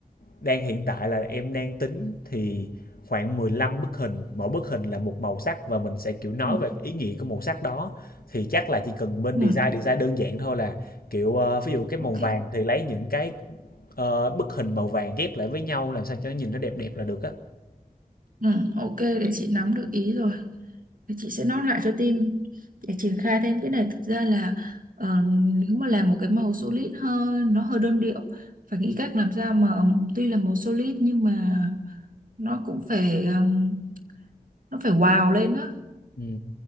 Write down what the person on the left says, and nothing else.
đang hiện tại là em đang tính thì khoảng 15 bức hình, mỗi bức hình là một màu sắc và mình sẽ kiểu nói
về ý nghĩa của màu sắc đó. Thì chắc là chỉ cần bên
design design đơn giản thôi là kiểu ờ, ví dụ cái màu
vàng thì lấy những cái ờ, bức hình màu vàng ghép lại với nhau làm sao cho nó nhìn nó đẹp đẹp là được á.
Ừ.